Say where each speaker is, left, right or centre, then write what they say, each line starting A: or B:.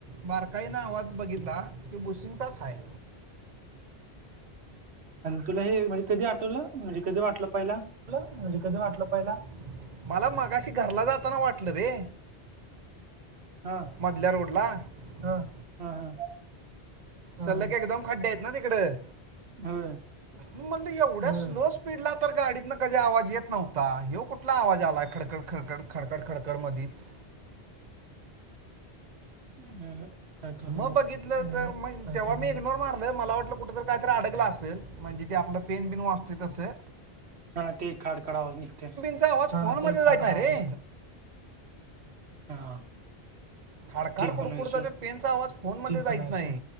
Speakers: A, on the right; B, on the right.
A: बारकाईन आवाज बघितला, तो भुसींगचाच हाय.
B: आणि तुला हे म्हणजे कधी आठवलं, म्हणजे कधी वाटलं पहिला?
A: म्हजे कधी वाटलं पहिला, मला मगाशी घरला जाताना वाटलं रे.
B: हा
A: मधल्या रोडला, हं.
B: हां हां.
A: सल्लग एकदम खड्डे आहेत ना तिकडं.
B: होय,
A: म्हणलं एवढ्या स्लो स्पीडला तर गाडीतन कधी आवाज येत नव्हता, ह्यो कुठला आवाज यायलंय खडकड, खडकड. खडखड खडत कडकड मधीच.
B: <unintelligible>
A: मग
B: नाही
A: बघितलं तर मग तेव्हा मी इग्नोर मारल, मला वाटलं कुठ तर काहीतरी अडकलं असल म्हणजे ते आपला पेन-बिन वाजतंय तसं.
B: हा ते खाडखड आवाज निघतोय.
A: तुजा आवाज फोन मध्ये जाईत नाही रे.
B: हा.
A: खाडखाड,
B: ते
A: खुड
B: पण आहे
A: खुडचा
B: सोड
A: ते पेन चा आवाज फोनमध्ये जायत नाही,